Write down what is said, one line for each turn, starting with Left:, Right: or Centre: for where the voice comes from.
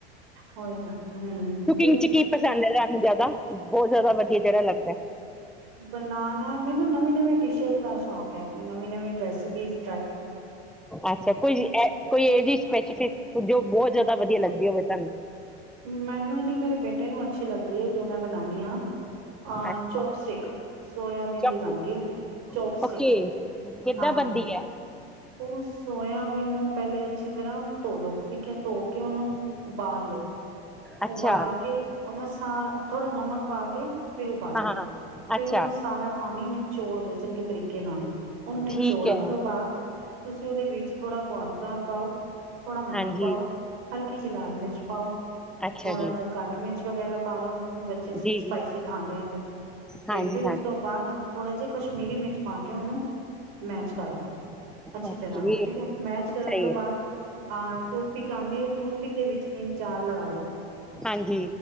Right: ਹੋ ਨਾ, ਹਮ।
Centre: ਕਿੰਗ ਚ ਕੀ ਪਸੰਦ ਏ ਤੁਹਾਨੂੰ ਜ਼ਾਦਾ? ਬੋਤ ਜ਼ਾਦਾ ਵਧੀਆ ਜਿਹੜਾ ਲੱਗਦਾ?
Right: ਬਨਾਨਾ ਮੈਨੂੰ ਨਵੀਂ ਨਵੀਂ ਡਿਸ਼ ਸ਼ੀਸ਼ ਦਾ ਸ਼ੌਕ ਏ ਕਿ ਨਵੀਂ ਨਵੀ ਰੈਸ ਬੀਸ।
Centre: ਅੱਛਾ ਕੁਛ ਏ ਕੋਈ ਇਹ ਜ ਸਪੈਸੀਫਿਕ ਜੋ ਬੋਤ ਜ਼ਾਦਾ ਸਬ ਵਧੀਆ ਲੱਗਦੀ ਹੋਵੇ ਤੁਹਾਨੂੰ
Right: ਮੈਨੂੰ ਨੀ ਮੇਰੇ ਬੇਟੇ ਨੂੰ ਅੱਛੀ ਲੱਗਦੀ ਏ। ਜੋ ਮੈਂ ਬਨਾਨੀ ਆਂ। ਅ
Centre: ਅੱਛਾ
Right: ਚੋਪਸਟਿਕ ਸੋਇਆਬੀਨ
Centre: ਚੌਕਸ
Right: ਦੀ ਬਨਦੀ ਏ। ਚੋਪਸਟਿਕ,
Centre: ਓਕੇ ਕਿੱਦਾਂ
Right: ਹਾਂਜੀ।
Centre: ਬੰਦੀ ਹੈ
Right: ਉਹ ਸੋਇਆਬੀਨ ਨੂੰ ਪਹਿਲੇ ਅੱਛੀ ਤਰ੍ਹਾਂ ਧੋ ਲੋ ਠੀਕ ਏ। ਧੋ ਕੇ ਉਹਨੂੰ ਉਬਾਲ ਲੋ।
Centre: ਅੱਛਾ
Right: ਉਬਾਲ ਕੇ ਉਹਦਾ ਸਾਹ ਥੋੜਾ ਨਮਕ ਪਾ ਕੇ ਫਿਰ ਉਬਾਲੋ।
Centre: ਹਾਂ ਹਾਂ, ਹਾਂ
Right: ਫੇਰ
Centre: ਅੱਛਾ
Right: ਉਹਦਾ ਸਾਰਾ ਪਾਨੀ ਨਿ ਚੋੜ ਦੋ ਚੰਗੇ ਤਰੀਕੇ ਨਾਲ। ਉਹਨ ਨਿਚੋੜਨ
Centre: ਠੀਕ ਹੈ
Right: ਤੋਂ ਬਾਦ ਤੁਸੀਂ ਉਹਦੇ ਵਿੱਚ ਥੋੜ੍ਹਾ ਕੋਰਨ ਫਲਾਰ ਪਾਓ, ਥੋੜਾ ਨਮਕ
Centre: ਹਾਂਜੀ
Right: ਪਾਓ, ਹਲਕੀ ਜਿਹੀ ਲਾਲ ਮਿਰਚ ਪਾਓ।
Centre: ਅੱਛਾ
Right: ਥੋੜਾ
Centre: ਜੀ
Right: ਜਿਹਾ ਕਾਲੀ ਮਿਰਚ ਵਗੈਰਾ ਪਾ ਲੋ ਵੀ ਬੱਚੇ ਸਪਾਈਸੀ
Centre: ਜੀ ਜੀ
Right: ਖਾਂਦੇ ਆ ਤੇ। ਤੇ
Centre: ਹਾਂਜੀ
Right: ਫਿਰ ਉਸ
Centre: ਹਾਂਜੀ
Right: ਤੋਂ ਬਾਦ ਥੋੜਾ ਜੇ ਕਸ਼ਮੀਰੀ ਮਿਰਚ ਪਾ ਕੇ ਉਹਨੂੰ ਮੈਚ ਕਰਦੋ, ਅੱਛੀ
Centre: ਓਕੇ
Right: ਤਰ੍ਹਾਂ ਠੀਕ ਏ। ਮੈਚ ਕਰਨ
Centre: ਸਹੀ
Right: ਤੋਂ
Centre: ਹੈ
Right: ਬਾਅਦ ਅਹ ਟੂਥਪਿਕ ਆਂਦੀ ਏ, ਟੂਥਪਿਕ ਦੇ ਵਿੱਚ ਤਿੰਨ ਚਾਰ ਲਗਾ ਲੋ।
Centre: ਹਾਂਜੀ